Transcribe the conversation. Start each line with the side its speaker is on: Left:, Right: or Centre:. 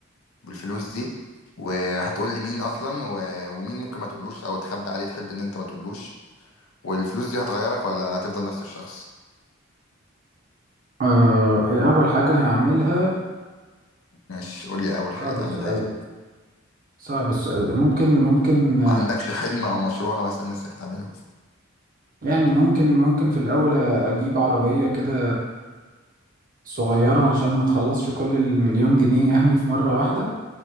Left: بالفلوس دي وهتقول لي مين أصلا و- ومين ممكن ما تقولوش أو تخبي عليه تحب إن أنت ما تقولوش والفلوس دي هتغيرك ولا هتفضل نفس الشخص
Right: آه إيه أول حاجة هعملها
Left: ماشي قول لي أول حاجة
Right: صعب
Left: تعملها
Right: السؤال
Left: إيه
Right: ده صعب السؤال ده ممكن ممكن آه،
Left: ما عندكش حلم أو مشروع مثلا نفسك تعمله
Right: يعني ممكن ممكن في الأول أجيب عربية كده صغيرة علشان ما تخلصش كل المليون جنيه يعني في مرة واحدة